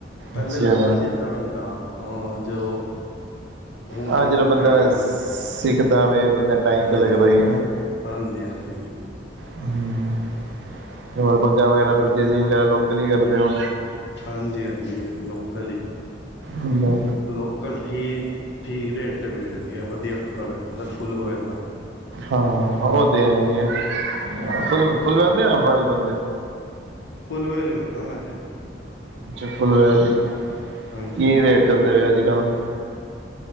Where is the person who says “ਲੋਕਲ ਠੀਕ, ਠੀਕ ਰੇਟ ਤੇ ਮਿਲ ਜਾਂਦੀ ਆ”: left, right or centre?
Left